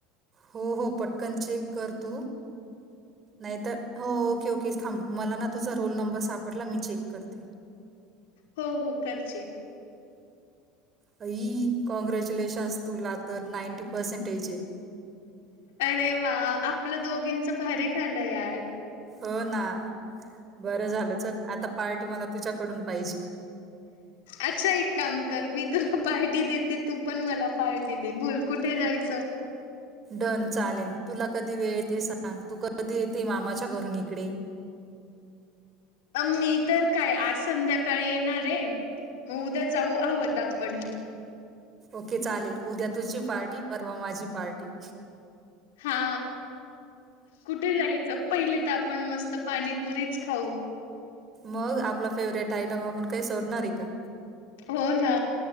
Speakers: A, on the right (about 30°); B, on the left (about 85°).
A: हो हो पटकन चेक कर तू. नाहीत हो ओके ओके थांब मला ना तुझा रोल नंबर सापडला मी चेक करते.
B: हो हो कर चेक.
A: अई कॉँग्रॅच्युलेशन्स तुला तर नाईंटी पर्सेंटेज आहे.
B: अरे वा आपलं दोघींच भारी झालं यार.
A: हो ना बरं झालं चल आता पार्टी मला तुझ्याकडून पाहिजे.
B: अच्छा एक काम कर मी तुला पार्टी देते तू पण मला पार्टी ति बोल कुठे जायचं.
A: डन चालेल तुला कधी वेळ येते सांग तू कधी येते मामाच्या घरून इकडे
B: अम मी तर काय आज संध्याकाळी येणार आहे. मग उद्या जाऊ हवं तर आपण
A: ओके चालेल उद्या तुझी पार्टी, परवा माझी पार्टी,
B: हा कुठे जायचं पहिले तर, आपण मस्त पाणीपुरीच खाऊ.
A: मग आपला फेवरेट आयटम आपण काही सोडणार आहे का
B: हो ना